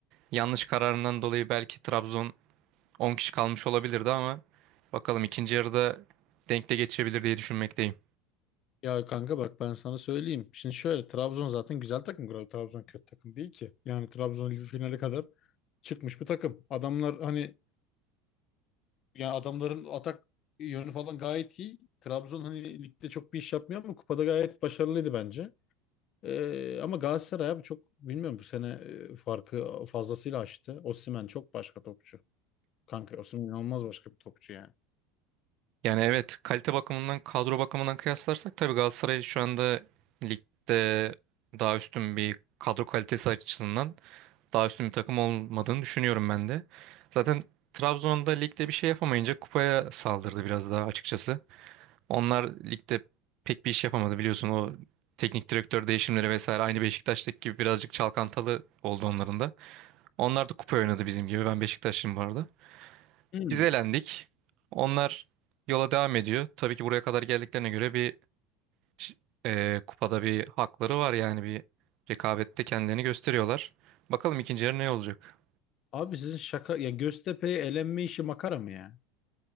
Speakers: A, on the right (about 60°); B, on the left (about 50°).
A: yanlış kararından dolayı belki Trabzon 10 kişi kalmış olabilirdi ama bakalım ikinci yarıda denk de geçebilir diye düşünmekteyim.
B: Ya kanka bak ben sana söyleyeyim. Şimdi şöyle Trabzon zaten güzel takım. Gra- Trabzon kötü takım değil ki. Yani Trabzon Ligi finale kadar çıkmış bir takım. Adamlar hani yani adamların atak yönü falan gayet iyi. Trabzon hani ligde çok bir iş yapmıyor ama kupada gayet başarılıydı bence. Ee, ama Galatasaray abi çok bilmiyorum bu sene e, farkı fazlasıyla açtı. Osimhen çok başka topçu. Kanka Osimhen inanılmaz başka bir topçu yani.
A: Yani evet kalite bakımından kadro bakımından kıyaslarsak tabii Galatasaray şu anda ligde daha üstün bir kadro kalitesi açısından daha üstün bir takım olmadığını düşünüyorum ben de. Zaten Trabzon'da ligde bir şey yapamayınca kupaya saldırdı biraz daha açıkçası. Onlar ligde pek bir iş yapamadı biliyorsun o teknik direktör değişimleri vesaire aynı Beşiktaş'taki gibi birazcık çalkantalı oldu onların da. Onlar da kupa oynadı bizim gibi ben Beşiktaşlıyım bu arada.
B: Hmm.
A: Biz elendik. Onlar yola devam ediyor. Tabii ki buraya kadar geldiklerine göre bir ş- e, kupada bir hakları var yani bir rekabette kendilerini gösteriyorlar. Bakalım ikinci yarı ne olacak?
B: Abi sizin şaka ya Göztepe'ye elenme işi makara mı ya?